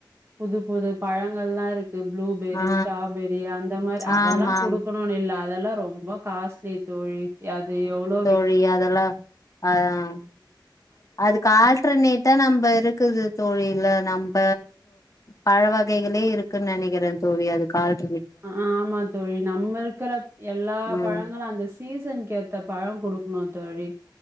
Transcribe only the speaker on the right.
புது புது பழங்கள்லாம் இருக்கு ப்ளூபெரி
ஸ்ட்ராபெரி அந்த மாதிரி அதெல்லாம்
கொடுக்கணும்னு இல்ல அதெல்லாம் ரொம்ப காஸ்ட்லி தோழி அது எவ்வளோ
அ ஆமா தோழி நம்ம இருக்கிற எல்லா
பழங்களும் அந்த சீசனுக்குே பழம் கொடுக்கணும் தோழி